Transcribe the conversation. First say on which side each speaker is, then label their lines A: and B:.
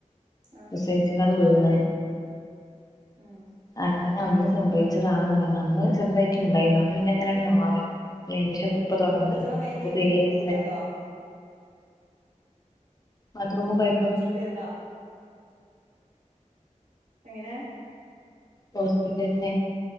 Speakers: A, on the right; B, on the left.
A: ആ
B: പ്രസവിച്ച്‌ കാണ്ട്‌ വീണ്
A: ഉം
B: അങ്ങനെ അന്ന് സംഭവിച്ചതാണെന്ന് പറഞ്ഞ് അന്ന് ചെറുതായിട്ട് ഉണ്ടായിരുന്നു അത് പിന്നെങ്ങനെ മാ അങ്ങനെയാണ് മാറി അയിന്ശേഷം, ഇപ്പ തുടങ്ങാണ്
A: പ്രസവം കഴിഞ്ഞേക്കിന്
B: ഓക്ക് ത് ഏഴ് വയസ്സായി
A: വീണതോ
B: ബാത്‌റൂമിക്ക് പോയപ്പോ
A: ഹോസ്പിറ്റലിന്നോ എങ്ങനെ
B: ഹോസ്പിറ്റലിന്നെ